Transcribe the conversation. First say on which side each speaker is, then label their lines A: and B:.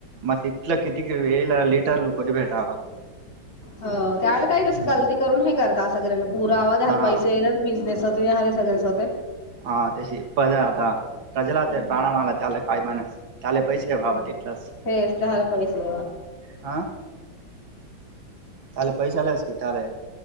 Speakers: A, on the right; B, on the left.
A: मग तथलं किती कि वेला लिटर ल को भेटावा
B: हो त्यावे काही नस गलती करून हे करत सगळ्यांना पुरा आवा
A: हा
B: दला पैसेेत बिझनेस होत याले सगरेच होते
A: हा त्याशी प आता प्रजला
B: हम्म
A: ते प्राणावाला त्या आला काय म्हण चाले पैसे
B: हम्म
A: वाव तेलाच
B: तेच तर पैसे
A: हा ले पैसे आलाच की ले